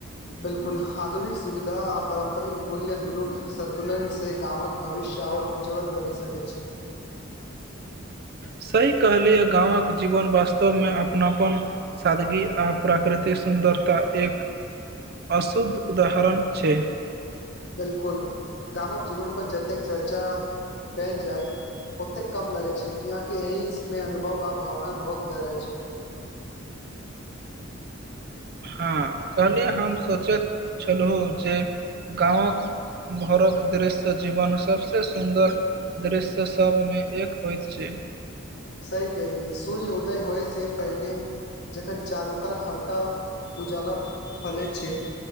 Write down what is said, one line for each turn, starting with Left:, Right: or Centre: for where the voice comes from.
Left: बिल्कुल आधुनिक सुविधा आ पारम्परिक मूल्य दुनूक सन्तुलन से गामक भविष्य और उज्ज्वल बनि सकैत छै <inaudible>
Right: सही कहलियै गाँंवक जीवन वास्तव में अपनापन सादगी आ प्राकृतिक सुं सुन्दरता एक अशुद्ध उदाहरण छै
Left: बिलकुल गामक जीवन पर जतेक चर्चा कयल जायत ओते कम लगै छै कियाकि एहि मे अनुभव आ भावना क बहुत गहराई छै <inaudible>
Right: हँ कल्हि हम सोचैत छलहुँ जे गाँवक भोरक दृश्य जीवन सबसे सुन्दर दृश्य सब मे एक होइत छै
Left: सही कलियए सूर्य उदय होय से पहिनेे जखन चारु कात हल्का उजाला फलैत छै